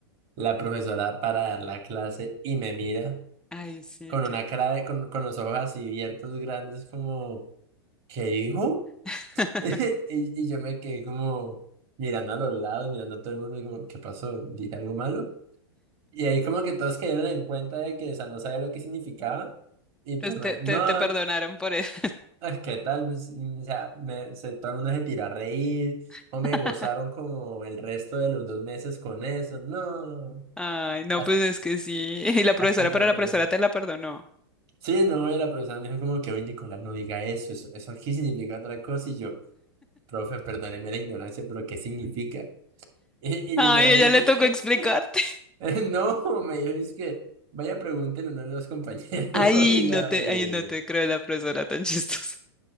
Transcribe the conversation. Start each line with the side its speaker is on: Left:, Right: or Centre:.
Right: La profesora para dar la clase y me mira
Centre: Ay, sí,
Right: con
Centre: que
Right: una cara de, con, con los ojos así abiertos, grandes, como, ¿qué dijo?
Centre: <laughs>
Right: <laughs> Y, y yo me quedé como mirando a los lados, mirando a todo el mundo y como, ¿qué pasó? ¿Dije algo malo? Y ahí como que todos cayeron en cuenta de que, o sea, no sabía lo que significaba. Y
Centre: Pues
Right: pues, me-
Centre: te, te,
Right: no,
Centre: te perdonaron por eso.
Right: es que tal, o sea, me, se, todo el mundo se tiró a reír
Centre: <laughs>
Right: o me gozaron como el resto de los dos meses con eso. No,
Centre: Ay, no,
Right: hasta,
Centre: pues es que sí. <laughs> Y la profesora,
Right: hasta que
Centre: pero
Right: aprendí.
Centre: la profesora te la perdonó.
Right: Sí, no, y la profesora me dijo como que, oye, Nicolás, no diga eso, eso, eso aquí significa otra cosa. Y yo, profe, perdóneme la ignorancia, pero ¿qué significa? Y, y
Centre: Ay,
Right: literalmente,
Centre: ella le tocó explicarte. <laughs>
Right: <laughs> no, me dijo, es que vaya pregúntele ¿no? a uno de los compañeros.
Centre: Ay,
Right: <laughs> Y
Centre: no
Right: yo,
Centre: te,
Right: eh,
Centre: ay, no te creo la profesora tan chistosa. <laughs>